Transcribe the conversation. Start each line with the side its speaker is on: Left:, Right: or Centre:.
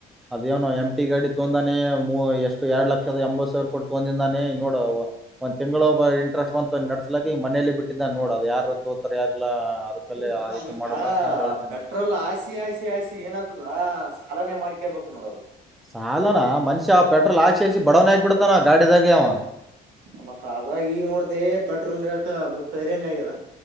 Centre: ಅದೇ ಅವ್ನ್ ಎಂಮ್ಟಿ ಗಾಡಿ ತೊಂದಾನೆ ಮೂ ಎಷ್ಟು ಎರಡ್ ಲಕ್ಷದ ಎಂಬತ್ ಸಾವಿರ ಕೊಟ್ಟು ತೊಂದಿಂದಾನೆ ನೋಡ ಓ ಒಂದ್ ತಿಂಗಳುಬ್ ಇಂಟ್ರೆಸ್ಟ್ ಬಂತು ನಡ್ಸಲಾಕಿ ಮನೇಲಿ ಬಿಟ್ಟಿದ್ದ ನೋಡ್ ಅದು ಯಾರು ತೋಗೊತ್ತಾರ್ ಯಾರ ಯಾರಿಲ್ಲಾ ಅದಕಲ್ಲೇ
Right: ಅಲ್ಲ ಅವ
Centre: ಆ ರೀತಿ
Right: ಅದಕ್ಕ
Centre: ಮಾಡಬೇಡ
Right: ಆ
Centre: ಅಂತ ನಿನ್ಗ್ ಹೇಳ್ತೇನಿ
Right: ಪೆಟ್ರೋಲ್
Centre: ನಾನು
Right: ಹಾಕ್ಸಿ ಹಾಕ್ಸಿ ಹಾಕ್ಸಿ ಏನಾದ ಇಲ್ಲಾ ಸಾಲನೆೇ ಮಾಡ್ಕ್ಯಾಬಕು ನೋಡ್ ಅದು
Centre: ಸಾಲನಾ ಮನ್ಷ್ಯ ಪೆಟ್ರೋಲ್ ಹಾಕ್ಸಿ ಹಾಕ್ಸಿ ಬಡೋವ್ನೆ ಆಗಿ ಬಿಡ್ತಾನ ಗಾಡಿದಾಗೆ ಅವ
Right: ಮತ್ತ ಅದ್ರಾಗೆ ಈಗ ನೋಡ್ತಿ ಪೆಟ್ರೋಲ್ ರೇಟ್ ಮುಕ್ಲರಿ ಹಂಗ್ ಆಗ್ಯದ